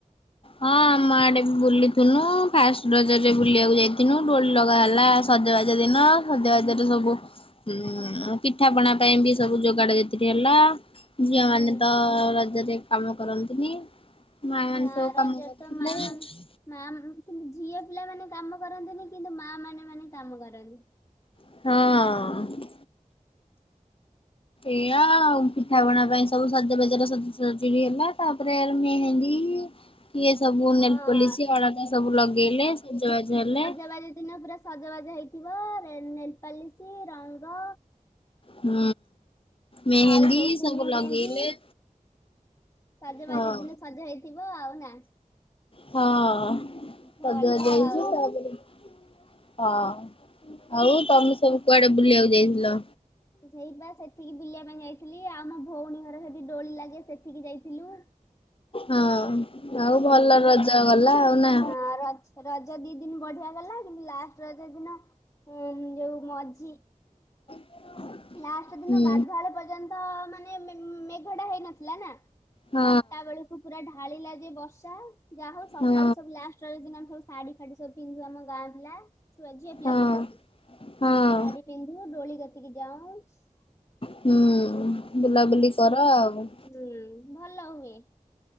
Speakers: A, on the left; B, on the left.
A: ହଁ ଆମ ଆଡେ ବି ବୁଲିଥିନୁ ଫାଷ୍ଟ ରଜରେ ବୁଲିବାକୁ ଯାଇଥିନୁ ଡୋଳି ଲଗା ହେଲା ସଜବାଜ ଦିନ ସଜବାଜରେ ସବୁ ହୁଁ ପିଠାପଣା ପାଇଁ ବି ସବୁ ଯୋଗାଡ ଜାତିରି ହେଲା ଝିଅ
B: ହୁଁ
A: ମାନେ ତ ରଜରେ କାମ କରନ୍ତିନି। ମା ମାନେ
B: ନା
A: ସବୁ
B: ରଜରେ
A: କାମ କରନ୍ତି।
B: ତ ମା ମାନେ ମା କି ଝିଅ ପିଲାମାନେ କାମ କରନ୍ତିନି କିନ୍ତୁ ମା ମାନେ ମାନେ କାମ କରନ୍ତି।
A: ହଁ। ଏଇଆ ଆଉ ପିଠା ପଣା ପାଇଁ ସବୁ ସଜ ବେଜ ସଜସଜଡି ବି ହେଲା ତାପରେ ମେହେଣ୍ଡି ଇଏ ସବୁ ନେଲ୍
B: ହଁ
A: ପୋଲିସି ଅଳତା ସବୁ ଲଗେଇଲେ ସଜବାଜ ହେଲେ
B: <unintelligible> ସଜବାଜ ହେଇଥିବ ନେଲ୍- ନେଲ୍ ପାଲିଶି ରଙ୍ଗ
A: ହୁଁ। ମେହେନ୍ଦୀ
B: ଆଉ ହଉଛି
A: ସବୁ
B: ମେହେନ୍ଦୀ
A: ଲଗେଇଲେ
B: ସଜବାଜ
A: ହଁ
B: ଦିନ ସଜ ହେଇଥିବ ଆଉ ନା।
A: ହଁ ସଜବାଜ
B: ଭଲ
A: ହେଇଚି
B: ଆଉ
A: ତା ପରେ ହଁ ଆଉ ତମେ ସବୁ କୁଆଡେ ବୁଲିବାକୁ ଯାଇଥିଲ?
B: ହେଇପା ସେଠିକି ବୁଲିବା ପାଇଁ ଯାଇଥିଲି ଆଉ ମୋ ଭଉଣୀ ଘର ସେଠି ଡୋଳି ଲାଗେ ସେଠିକି ଯାଇଥିଲୁ।
A: ହଁ ଆଉ
B: ହୁଁ।
A: ଭଲ ରଜ ଗଲା ଆଉ ନା।
B: ହଁ ରଜ ରଜ ଦି ଦିନ୍ ବଢିଆ ଗଲା କିନ୍ତୁ ଲାଷ୍ଟ ରଜ ଦିନ ଉଁ ଯୋଉ ମଝି
A: <inaudible>
B: ଲାଷ୍ଟ ଦିନ
A: ହୁଁ
B: ଗାଧୁଆଳ ପର୍ଯ୍ୟନ୍ତ ମାନେ ମେ-ମେଘ ଟା ହେଇନଥିଲା ନା।
A: ହଁ
B: ଚାରଟା ବେଳକୁ ପୁରା ଢାଳିଲା ଯେ ବର୍ଷା ଯାହା ହଉ ସକାଳୁ
A: ହଁ
B: ସବୁ ଲାଷ୍ଟ୍ ରଜ ଦିନ ଆମେ ସବୁ ଶାଢ଼ୀ ଫାଢୀ ସବୁ ପିନ୍ଧୁ ଆମ ଗାଁ ପିଲା। ଛୁଆ ଝିଅ ପିଲା
A: ହଁ।
B: ଯେତିକି
A: ହଁ
B: ଶାଢୀ ପିନ୍ଧୁ ଡୋଳି କତିକି ଯାଉ ହୁଁ
A: ହୁଁ ବୁଲାବୁଲି କର ଆଉ।
B: ହୁଁ ଭଲ ହୁଏ।